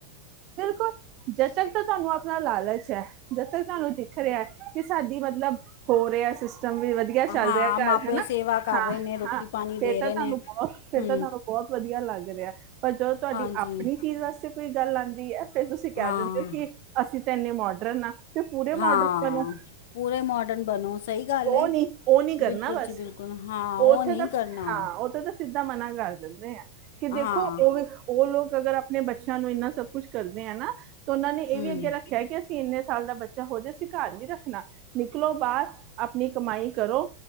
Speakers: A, on the right (about 40°); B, on the left (about 55°).
A: ਬਿਲਕੁਲ ਜਦ ਤੱਕ ਤਾਂ ਤੁਹਾਨੂੰ ਆਪਣਾ ਲਾਲਚ ਹੈ ਜਦ ਤੱਕ ਤੁਹਾਨੂੰ ਖ ਰਿਹਾ ਕਿ ਸਾਡੀ ਮਤਲਬ ਹੋ ਰਿਹਾ ਸੀ। ਚੰਗ ਵੀ ਵਧੀਆ ਚੱਲ
B: ਹਾਂ
A: ਰਿਹਾ ਘਰ
B: ਮਾਂ ਪਿਓ
A: ਹਨ।
B: ਸੇਵਾ ਕਰ
A: ਹਾਂ
B: ਰਹੇ ਨੇ ਰੋਟੀ
A: ਹਾਂ
B: ਪਾਣੀ
A: ਫੇਰ
B: ਦੇ
A: ਤਾਂ
B: ਰਹੇ
A: ਤੁਹਾਨੂੰ
B: ਨੇ
A: ਬਹੁਤ, ਫਿਰ
B: ਹੂੰ
A: ਤਾਂ ਤੁਹਾਨੂੰ ਬਹੁਤ ਵਧੀਆ ਲੱਗ ਰਿਹਾ ਪਰ ਜਦੋਂ ਤੁਹਾਡੀ
B: ਹਾਂਜੀ
A: ਆਪਣੀ ਚੀਜ਼ ਵਾਸਤੇ ਕੋਈ ਗੱਲ ਆਦੀ ਐ। ਫਿਰ ਤੁਸੀਂ ਕਹਿ
B: ਹਾਂ
A: ਦਿੰਦੇ ਹੋ ਕੀ, ਅਸੀਂ ਤਾਂ ਇੰਨੇ ਮੋਡਰਨ ਆਂ। ਤੇ ਪੂਰੇ
B: ਹਾਂ
A: ਮਾਡਰਨ ਬਨੋ,
B: ਪੂਰੇ ਮਾਡਰਨ ਬਣੋ ਸਹੀ ਗੱਲ
A: ਉਹ
B: ਹੈ
A: ਨੀ-ਉਹ ਨੀ ਕਰਨਾ
B: ਬਿਲਕੁਲ
A: ਬਸ
B: ਜੀ ਬਿਲਕੁਲ ਹਾਂ ਉਹ
A: ਉੱਥੇ
B: ਨਹੀਂ
A: ਤਾਂ
B: ਕਰਨਾ
A: ਸ ਹਾਂ ਉੱਥੇ ਤਾਂ ਸਿੱਧਾ ਮਨਾ ਕਰ ਦਿੰਦੇ ਐ, ਕਿ ਦੇਖੋ
B: ਹਾਂ
A: ਉਹ ਵੀ ਉਹ ਲੋਕ ਅਗਰ ਆਪਣੇ ਬੱਚਿਆਂ ਨੂੰ ਇਨਾ ਸਭ ਕੁੱਛ ਕਰਦੇ ਆ ਨਾ ਤਾਂ ਉਹਨਾਂ ਨੇ ਇਹ
B: ਹੂੰ
A: ਵੀ ਅੱਗੇ ਰੱਖਿਆ ਕਿ ਅਸੀ ਕੀ ਇੰਨੇ ਸਾਲ ਦਾ ਬੱਚਾ ਹੋ ਜਾ ਅਸੀ ਘਰ ਨੀ ਰੱਖਣਾ ਨਿਕਲੋ ਬਾਹਰ ਆਪਣੀ ਕਮਾਈ ਕਰੋ।